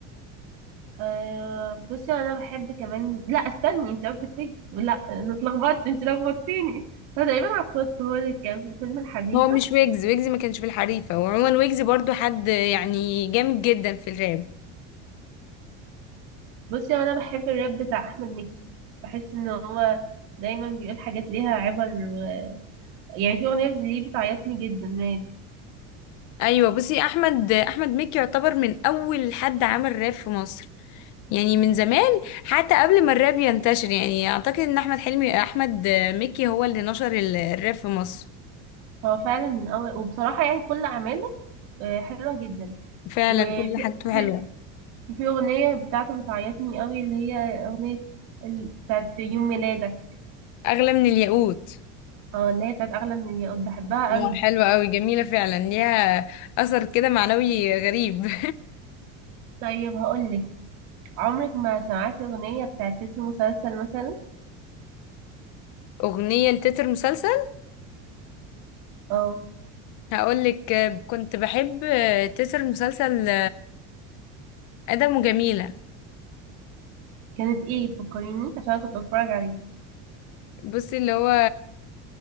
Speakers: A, on the right (about 70°); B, on the left (about 60°).
A: آه بصي انا بحب كمان لا استني انت قصدك ويجز لا انا اتلخبطت انت لخبطتيني هو تقريبا عفروت هو اللي كان في فيلم الحديد
B: هو مش ويجز ويجز ما كانش في الحريفة وعموما ويجز برضو حد يعني جامد جدا في الراب
A: بصي هو انا بحب الراب بتاع احمد مكي بحس ان هو دايما بيقول حاجات ليها عبر و... يعني في اغنيه ليه بتعيطني جدا راب
B: ايوه بصي احمد احمد مكي يعتبر من اول حد عمل راب في مصر يعني من زمان حتى قبل ما الراب ينتشر يعني اعتقد ان احمد حلمي احمد مكي هو اللي نشر ال- الراب في مصر
A: هو فعلا من اول وبصراحه يعني كل اعماله آه، حلوه جدا
B: فعلا
A: وفي
B: كل حاجته
A: في...
B: حلوة
A: في اغنيه بتاعته بتعيطني قوي اللي هي اغنيه ال- بتاعت يوم ميلادك
B: اغلى من الياقوت
A: اه اللي هي بتاعت اغلى من الياقوت بحبها
B: اه
A: قوي
B: حلوة قوي جميلة فعلا ليها اثر كده معنوي غريب <laughs>
A: طيب هقولك عمرك ما سمعتي اغنيه بتاعت تتر مسلسل مثلا
B: اغنية لتتر مسلسل
A: اه
B: هقولك كنت بحب تتر مسلسل ادم وجميله
A: كانت ايه فكريني عشان أنا كنت بتفرج عليه
B: بصي اللي هو